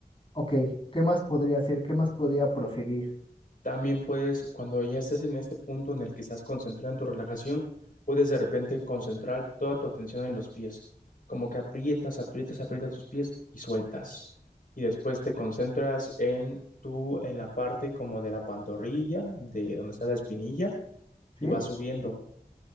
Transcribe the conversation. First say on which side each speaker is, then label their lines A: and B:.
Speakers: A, on the left (about 30°); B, on the left (about 55°).
A: ok, ¿qué más podría hacer? ¿Qué más podría proseguir?
B: También puedes, cuando ya estés en este punto en el que estás concentrado en tu relajación, puedes de repente concentrar toda tu atención en los pies, como que aprietas, aprietas, aprietas tus pies y sueltas. Y después te concentras en tu, en la parte como de la pantorrilla, de donde está la espinilla,
A: ¿Sí?
B: y vas subiendo.